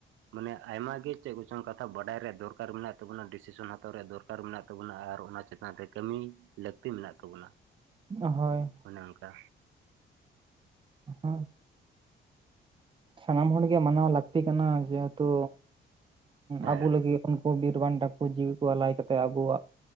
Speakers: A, on the right; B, on the right.
A: ᱢᱟᱱᱮ ᱟᱭᱢᱟ ᱜᱮ ᱪᱮᱜ ᱠᱚᱪᱚᱝ ᱠᱟᱛᱷᱟ ᱵᱟᱰᱟᱭ ᱨᱮᱭᱟᱜ ᱫᱚᱨᱠᱟᱨ ᱢᱮᱱᱟᱜ ᱛᱟᱵᱚᱱᱟ ᱰᱤᱥᱤᱥᱚᱱ ᱦᱟᱛᱟᱣ ᱨᱮᱭᱟᱜ ᱫᱚᱨᱠᱟᱨ ᱢᱮᱱᱟᱜ ᱛᱟᱵᱚᱱᱟ ᱟᱨ ᱚᱱᱟ ᱪᱮ ᱚᱱᱟᱛᱮ ᱠᱟᱹᱢᱤ ᱞᱟᱹᱠᱛᱤ ᱢᱮᱱᱟᱜ ᱛᱟᱵᱚᱱᱟ᱾
B: ᱦᱳᱭ᱾
A: ᱚᱱᱮ ᱚᱱᱠᱟ᱾
B: ᱦᱮᱸ, ᱥᱟᱱᱟᱢ ᱦᱚᱲ ᱜᱮ ᱢᱟᱱᱟᱣ ᱞᱟᱠᱛᱤ ᱠᱟᱱᱟ ᱡᱮᱦᱮᱛᱩ
A: ᱦᱮᱸ
B: ᱟᱵᱚ ᱞᱟᱜᱤᱫ ᱩᱱᱠᱩ ᱵᱤᱨ ᱵᱟᱱᱴᱟ ᱠᱩ ᱡᱤᱣᱤ ᱠᱚ ᱟᱞᱟᱭ ᱠᱟᱛᱮ ᱟᱵᱚᱣᱟᱜ